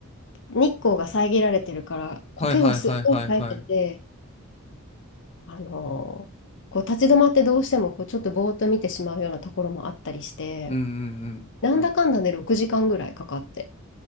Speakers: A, on the left; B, on the left.
A: 日光が遮られてるから、苔がすっごい生えてて、
B: はいはいはいはいはい。
A: あのーこう立ち止まってどうしてもこうちょっとぼーっと見てしまうようなところもあったりして、
B: うん、うん、うん。
A: なんだかんだね、6時間ぐらいかかって。